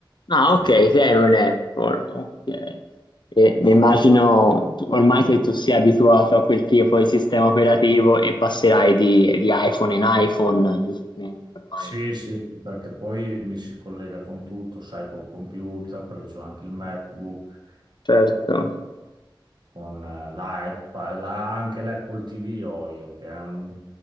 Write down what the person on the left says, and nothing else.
Ah,
ok, sei un Apple, ok. E
mi
immagino tu- ormai che tu sia abituato a quel tipo di sistema operativo e passerai di, di iPhone in iPhone, giustamente, ormai.
Certo,